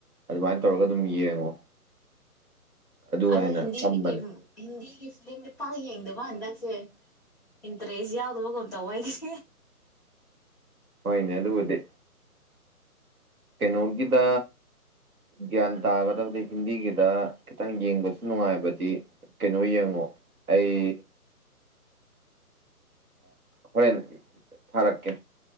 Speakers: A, on the right (about 65°); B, in the centre.
A: ꯑꯗꯨꯃꯥꯏꯅ ꯇꯧꯔꯒ ꯑꯗꯨꯝ ꯌꯦꯡꯉꯣ ꯑꯗꯨ
B: ꯑꯗꯨꯗ
A: ꯍꯦꯟꯅ
B: ꯍꯤꯟꯗꯤꯤ
A: ꯆꯝꯕꯅꯦ
B: ꯒꯤ ꯍꯤꯟ ꯑꯩꯒꯤ ꯐꯤꯂꯝꯁ ꯄꯥꯛ ꯌꯦꯡꯗꯕ ꯍꯟꯗꯛꯁꯦ ꯏꯟꯇꯔꯦꯁ ꯌꯥꯎꯗꯕꯒꯨꯝ ꯇꯧꯕ ꯍꯥꯏꯒꯤꯁꯦ
A: ꯍꯣꯏꯅꯦ ꯂꯕꯨꯗꯦ ꯀꯩꯅꯣꯒꯤꯗ ꯒ꯭ꯌꯥꯟ ꯇꯥꯒꯗꯕꯗꯤ ꯍꯤꯟꯗꯤꯒꯤꯗ ꯈꯤꯇꯪ ꯌꯦꯡꯕꯁꯨ ꯅꯨꯡꯉꯥꯏꯕꯗꯤ ꯀꯩꯅꯣ ꯌꯦꯡꯉꯣ ꯑꯩ ꯍꯣꯔꯦꯟ ꯊꯥꯔꯛꯀꯦ